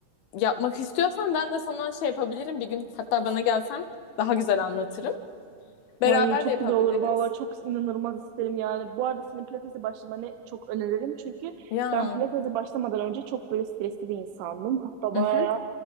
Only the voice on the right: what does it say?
Ay çok
güzel olur vallahi çok inanılmaz isterim yani. Bu arada senin pilatese başlamanı çok öneririm. Çünkü
ben pilatese başlamadan önce çok böyle stresli bir insandım. Hatta
bayağı